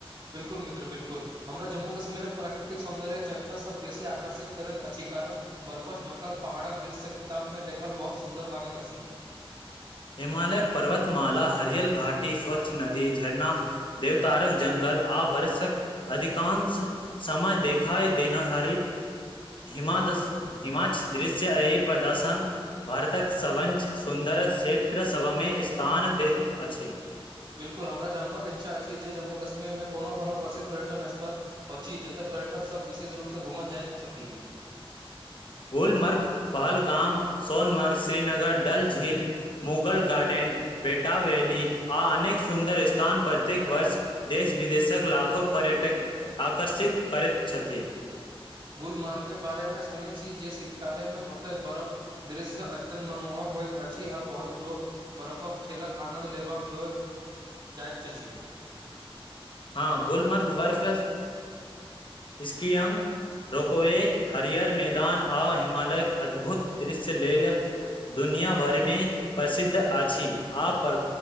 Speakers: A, on the right (about 50°); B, on the left (about 55°).
A: बिल्कुल मित्र बिल्कुल हमरा जम्मू कश्मीरक प्राकृिक सौन्दर्य चर्चासब बेसी आकर्षित करैत अछि कारण बर्फच ढकल पहाड़क दृश्य किताब मे देखल बहुत सुन्दर लागैत अछि
B: हिमालयक पर्वतमाला हरियल घाटी स्वच्छ नदी झरना देवतारक जंगल आवर्ष्यक अधिकांश समय देखई देना हारी हिमादस हिमाच दृश्य अ पदर्शक भारतक सवंच सुन्दर सुन्दर क्षेत्र सभा मे स्थान दैत अछि
A: बिल्कुल हमरा जानबक इच्छा अछि जे जम्मू कश्मीर मे कोनो कोनो प्रसिद्ध पर्यटन स्थल अछि जतय पर्यटक सब विशेष रूप सँ घूमऽ जाइत छथि
B: गोलमर्ग पहलगाम सोनमर्ग श्रीनगर डल झील मुगल गार्डेन बेटा वैली आ अनेक सुन्दर स्थान प्रत्येक वर्ष देश विदेशक लाखो पर्यटक आकर्षित करैत छथि
A: गुलमर्ग बारेमे सुनने छी जे शीतकालेमे ओतय बर्फ दृश्य अत्यंत मनमोहक होइत अछि आ बहुत लोक बरफक खेलक आनन्द लेबाक लेल जायत चाची
B: हाँ गुलमर्ग बर्फ इस इसक्यक रोपवे हरियर मैदान आ हिमालयक अद्भुत दृश्य लेल दुनिया भरमे प्रसिद्ध अछि आ पर